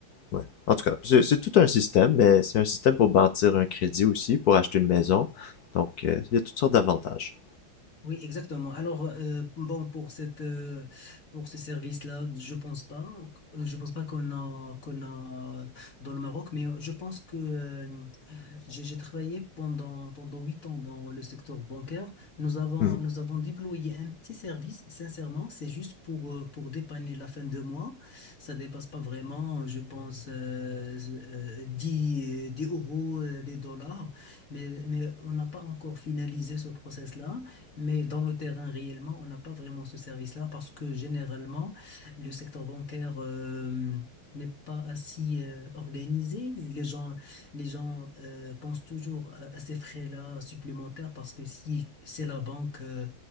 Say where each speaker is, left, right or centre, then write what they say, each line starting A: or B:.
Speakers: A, on the left; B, on the left.
A: ouais. En tout cas, c'est c'est tout un système, mais c'est un système pour bâtir un crédit aussi, pour acheter une maison. Donc, euh, il y a toutes sortes d'avantages.
B: Oui, exactement. Alors, euh, bon, pour cette, euh, pour ce service-là, je pense pas, je pense pas qu'on a, qu'on a dans le Maroc, mais je pense que euh, J'ai j'ai travaillé pendant, pendant huit ans dans le secteur bancaire. Nous avons,
A: Mhm.
B: nous avons déployé un petit service, sincèrement, c'est juste pour, euh, pour dépanner la fin de mois. Ça dépasse pas vraiment, euh, je pense, euh, euh, 10, euh, 10 euros, euh, des dollars. Mais, mais on n'a pas encore finalisé ce process-là. Mais dans le terrain, réellement, on n'a pas vraiment ce service-là parce que généralement, le secteur bancaire... euh, n'est pas assez euh, organisé. Les gens, les gens euh, pensent toujours à, à ces frais-là supplémentaires parce que si c'est la banque, euh,